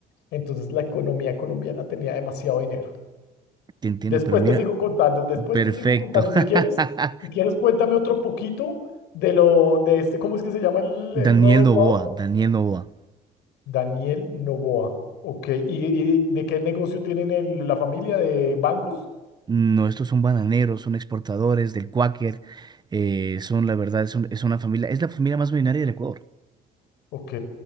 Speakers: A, on the left; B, on the right.
A: Entonces la economía colombiana tenía demasiado dinero.
B: te entiendo,
A: Después
B: pero mira,
A: te sigo contando, después
B: perfecto.
A: te sigo contando.
B: <laughs>
A: Si quieres, si quieres, cuéntame otro poquito de lo, de este, ¿cómo es que se llama el,
B: Daniel
A: el nuevo de
B: Novoa,
A: Ecuador?
B: Daniel Novoa.
A: Daniel Novoa. Ok. ¿Y, y de qué negocio tienen el- la familia de bancos?
B: No, estos son bananeros, son exportadores del Quaker, eh, son la verdad, es, un- es una familia, es la familia más millonaria del Ecuador.
A: Ok,